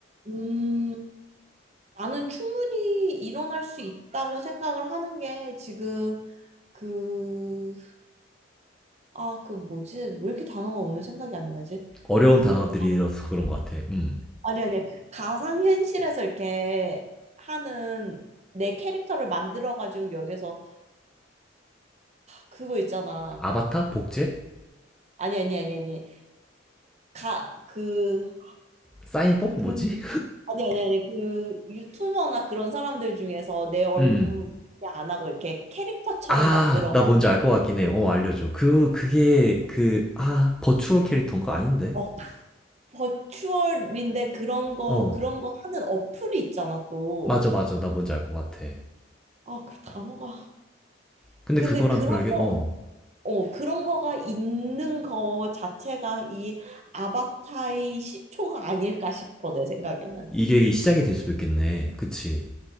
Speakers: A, on the right; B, in the centre.
A: 음, 나는 충분히 일어날 수 있다고 생각을 하는 게 지금 그, 아, 그 뭐지? 왜 이렇게 단어가 오늘 생각이 안 나지?
B: 어려운
A: 그,
B: 단어들이라서 그런 것 같아. 음.
A: 아니, 아니, 가상현실에서 이렇게 하는 내 캐릭터를 만들어가지고 여기서 그거 있잖아.
B: 아바타? 복제?
A: 아니, 아니, 아니, 아니. 가, 그,
B: 사이버? 뭐지?
A: 그, 아니, 아니, 아니. 그 유튜버나 그런 사람들 중에서
B: <laughs>
A: 내 얼굴
B: 음.
A: 공개 안 하고 이렇게 캐릭터처럼
B: 아,
A: 만들어가지고.
B: 나 뭔지 알 것 같긴 해. 어, 알려줘. 그, 그게, 그, 아, 버추얼 캐릭터인가? 아닌데?
A: 어, 버추얼인데 그런 거
B: 어,
A: 그런 거 하는 어플이 있잖아 또.
B: 맞아, 맞아. 나 뭔지 알 것 같아.
A: 아, 그 단어가.
B: 근데
A: 근데
B: 그거랑
A: 그런
B: 별개,
A: 거
B: 어,
A: 어, 그런 거가 있는 거 자체가 이 아바타의 시초가 아닐까 싶어 내 생각에는.
B: 이게 시작이 될 수도 있겠네. 그치.